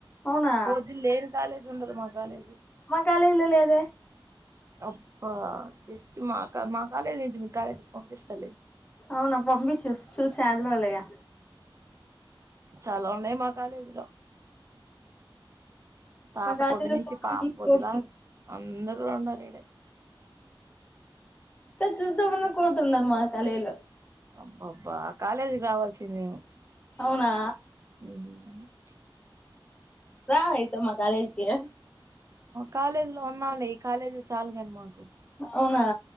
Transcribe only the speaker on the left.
అవునా
కాలేజ్ లో లేదే
అవునా పంపించు చూసి చాలరోజులయా
మా కాలేజీలో
చూద్దామన్న
కోతుంది
చూద్దామన్నా కోతుండదు మా కలేజ్ లో
అవునా
రా అయితే మా కాలేజీకి
అవునా